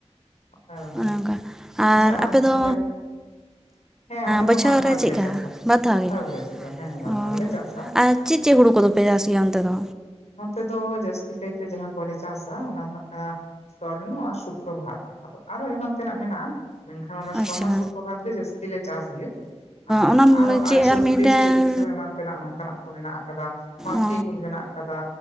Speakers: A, on the left; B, in the centre.
A: ᱦᱳᱭ ᱚᱱᱟ
B: ᱚᱱᱮ
A: ᱜᱮ
B: ᱚᱱᱠᱟ ᱟᱨ
A: ᱟᱪᱪᱷᱟ
B: ᱟᱯᱮ
A: ᱛᱟᱦᱚᱞᱮ
B: ᱫᱚ
A: ᱦᱮᱸ ᱟᱞᱮ ᱦᱚᱸ
B: ᱵᱚᱪᱷᱚᱨ
A: ᱵᱟᱨᱫᱷᱟᱣ
B: ᱨᱮ
A: ᱜᱮᱞᱮ
B: ᱪᱮᱫᱠᱟ
A: ᱪᱟᱥᱟ
B: ᱵᱟᱨ ᱫᱷᱟᱣ
A: ᱵᱟᱨᱫᱷᱟᱣ
B: ᱜᱮ
A: ᱜᱮᱞᱮ ᱪᱟᱥᱟ ᱦᱮᱸ ᱵᱟᱨᱫᱷᱟ
B: ᱚ
A: ᱜᱮᱞᱮ ᱪᱟᱥᱟ
B: ᱟᱨ ᱪᱮᱫ ᱪᱮᱫ ᱦᱩᱲᱩ ᱠᱚᱫᱚ ᱯᱮ ᱟᱥᱤᱭᱟ ᱚᱱᱛᱮ ᱫᱚ
A: ᱱᱚᱛᱮ ᱫᱚ ᱡᱟᱹᱥᱛᱤ ᱠᱟᱭᱛᱮ ᱡᱟᱦᱟᱸ ᱠᱚᱞᱮ ᱪᱟᱥᱟ ᱚᱱᱟ ᱫᱚ ᱦᱟᱸᱜ ᱱᱟᱠᱷᱟᱱ ᱥᱚᱨᱱᱚ ᱟᱨ ᱥᱩᱠᱨᱚᱵᱟᱨ ᱟᱫᱚ ᱟᱨᱚ ᱮᱢᱟᱱ ᱛᱮᱱᱟᱜ ᱢᱮᱱᱟᱜᱼᱟ ᱾ ᱢᱮᱱᱠᱷᱟᱱ ᱚᱱᱟ
B: ᱟᱪᱪᱷᱟ
A: ᱥᱚᱨᱱᱚ ᱥᱩᱯᱨᱚᱵᱟᱨ ᱜᱮ ᱡᱟᱥᱛᱤ ᱞᱮ ᱪᱟᱥ ᱜᱮᱭᱟ᱾ ᱟᱨ
B: ᱚᱱᱟ
A: ᱟᱨᱦᱚ
B: ᱪᱮᱫ
A: ᱟᱭ ᱪᱷᱚᱛᱤᱨᱤᱥ
B: ᱟᱨ ᱢᱤᱫᱴᱮᱱ
A: ᱪᱚᱫᱪᱚ ᱮᱢᱟᱱ ᱛᱮᱱᱟᱜ ᱱᱚᱝᱠᱟᱱᱟᱜ ᱢᱮᱱᱟᱜ ᱟᱠᱟᱫᱟ ᱢᱟᱢᱯᱤ
B: ᱚ
A: ᱜᱩᱞ ᱢᱮᱱᱟᱜ ᱟᱠᱟᱫᱟ